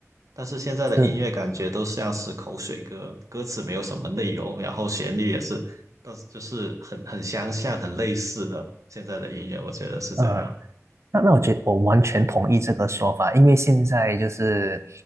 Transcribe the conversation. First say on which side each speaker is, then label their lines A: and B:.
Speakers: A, on the right; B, on the right.
A: 但是现在的音乐感觉都像是口水歌，
B: 是，
A: 歌词没有什么内容，然后旋律也是，但是就是很很相像、很类似的现在的音乐，我觉得是这样。
B: 呃，那那我觉得我完全同意这个说法，因为现在就是